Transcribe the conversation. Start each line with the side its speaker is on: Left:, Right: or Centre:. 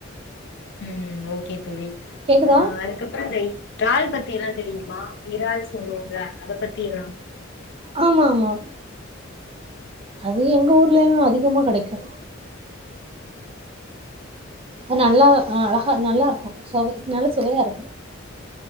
Left: ம் ஓகே தோழி
Right: கேக்குதா
Left: அ அதுக்கப்புறோ ரெ ட்றால் பத்தி எதாவது தெரியுமா இறால் சொல்லுவோம்ல அதப்பத்தி எல்லாம்
Right: ஆமா ஆமாம் அதா எங்க ஊர்லயு அதிகமா கடைக்கு அ நல்லா ஆ அழகா நல்லாருக்கு சொவை நல்ல சுவையாருக்கு